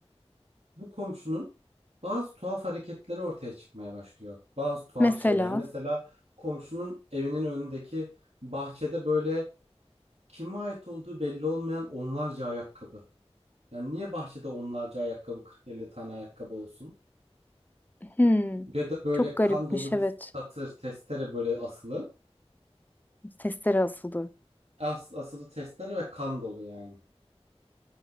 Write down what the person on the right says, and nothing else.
bu komşunun bazı tuhaf hareketleri ortaya çıkmaya başlıyor. Bazı tuhaf
şeyler. Mesela komşunun evinin önündeki bahçede böyle kime ait olduğu belli olmayan onlarca ayakkabı. Yani niye bahçede onlarca ayakkabı 40-50 tane ayakkabı olsun?
Ya da böyle
kan dolu
bir satır testere böyle asılı.
As, asılı testere ve kan dolu yani.